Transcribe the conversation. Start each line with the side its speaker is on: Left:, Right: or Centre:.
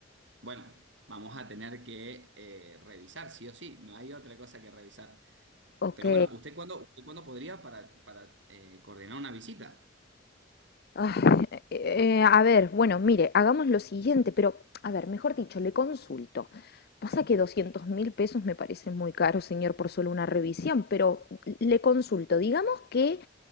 Right: Bueno, vamos a tener que eh, revisar, sí o sí, no hay otra cosa que revisar.
Left: Ok.
Right: Pero bueno, ¿usted cuándo, usted cuándo podría para, para eh, coordinar una visita?
Left: Ay, eh, eh, a ver, bueno, mire, hagamos lo siguiente, pero, a ver, mejor dicho, le consulto. Pasa que doscientos mil pesos me parece muy caro, señor, por solo una revisión, pero le consulto. Digamos que